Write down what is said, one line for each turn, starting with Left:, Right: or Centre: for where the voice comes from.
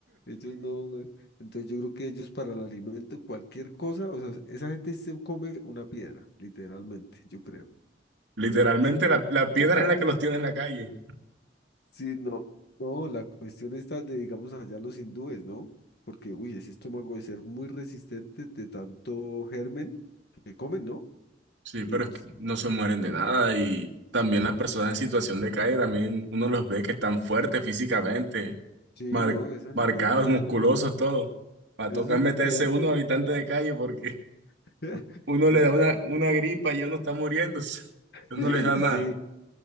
Left: ellos no, eh, entonces yo creo que ellos para el alimento, cualquier cosa, o sea, esa gente sí se come una piedra, literalmente, yo creo,
Right: Literalmente
Left: sí,
Right: la,
Left: de-
Right: la piedra
Left: es-
Right: es la que los tiene en la calle.
Left: sí, no, no, la cuestión está de, digamos, allá los hindúes, ¿no? Porque, uy, ese estómago debe ser muy resistente de tanto germen que comen, ¿no?
Right: Sí,
Left: Porque...
Right: pero
Left: pues,
Right: es que no se mueren de nada y también las personas en situación de calle también uno los ve que están fuertes físicamente,
Left: Sí,
Right: mar-
Left: no, esa gente
Right: marcados,
Left: paila,
Right: musculosos, todo. Va a
Left: esos
Right: tocar
Left: son
Right: meterse
Left: eternos.
Right: uno habitante de calle porque <laughs>
Left: <laughs>
Right: uno
Left: La,
Right: le da
Left: la,
Right: una,
Left: la.
Right: una gripa y ya uno está muriéndose. <laughs>
Left: <laughs>
Right: Ellos no les da nada.
Left: Sí,